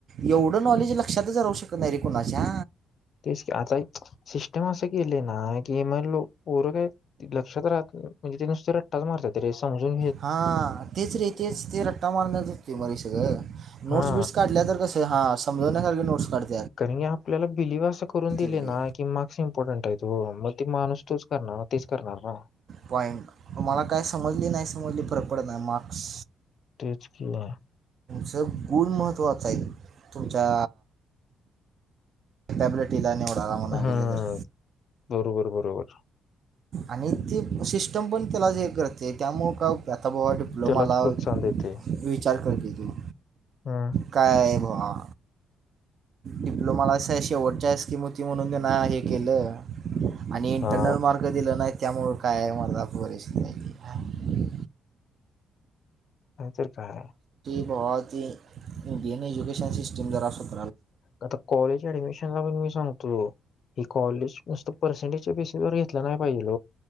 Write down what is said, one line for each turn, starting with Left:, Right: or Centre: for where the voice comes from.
Right: एवढं नॉलेज लक्षातच राहू शकत नाही रे कोणाच्या
Left: तेच आता सिस्टम असं केले ना की मण लो परंक आहे लक्षात राहत म्हणजे ते नुसत काहीतरी चांगलं
Right: हा तेच रे तेच ते रट्टा मारण जते मा सगळं
Left: हा
Right: नोट्स बीट्स काढल्या तर कस ते हां समजो ना कर ग नोट्स काढते
Left: कारण की आपल्याला बिलीव्ह असं करून दिले
Right: रे
Left: ना की मार्क्स इम्पॉर्टंट आहेत हो मग ते माणूस तोच करणार तेच करणार ना
Right: पॉईंट मला काय समजली नाही समजली परर पडत नाही मार्क्स
Left: तेच किला
Right: तु गुण महत्वाचा आहे तुमच्या टॅबलेट तिला निवडाला म्हणा
Left: हम्म
Right: गेलं तर
Left: बरोबर बरोबर
Right: आणि ते सिस्टम पण त्याला हे करते त्यामुं का आता बबा डिप्लोमाला
Left: त्यालाच प्रोत्साहन देते
Right: विचार करते तू
Left: हम्म
Right: काय आहे म कवा डिप्लोमाला अस शेवटच्या स्कीम होती म्हणून त्यांना हे केलं आणि इंटरनल
Left: हा
Right: मार्क दिले नाहीत त्यामुळे काय आहे मझ परिस्थित आहे
Left: अ ते काय
Right: बहत ह इ बिन एजुकेशन सस्टम जरा असत
Left: आता कॉलेज ऍडमिशन ला पण मी सांगतो ही कॉलेज मस्त पर्सेंटेजच्या बेसिस वर घेतला नाही पाहिजेल